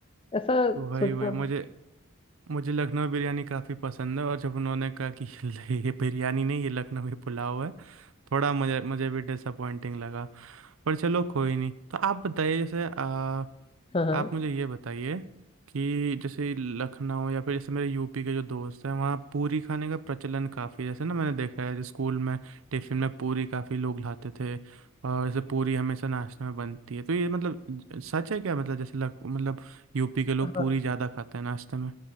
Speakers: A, on the left; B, on the right.
A: ऐसा
B: वही
A: सोचता
B: वही
A: हूँ
B: मुझे मुझे लखनवी बिरयानी काफ़ी पसंद है और जब उन्होंने कहा कि <laughs> ये बिरयानी नहीं ये लखनवी पुलाव है थोड़ा मुझे मुझे भी डिसअपॉइंटिंग लगा पर चलो कोई नहीं तो आप बताइए जैसे आ,
A: हाँ हाँ
B: आप मुझे ये बताइए कि जैसे लखनऊ या फिर जैसे मेरे यूपी के जो दोस्त हैं वहाँ पूरी खाने का प्रचलन काफ़ी है जैसे ना मैंने देखा है जैसे स्कूल में टिफिन में पूरी काफ़ी लोग लाते थे और जैसे पूरी हमेशा नाश्ते में बनती है तो ये मतलब ज- सच है क्या मतलब जैसे लग, मतलब यूपी के लोग
A: हाँ
B: पूरी ज़्यादा खाते हैं नाश्ते में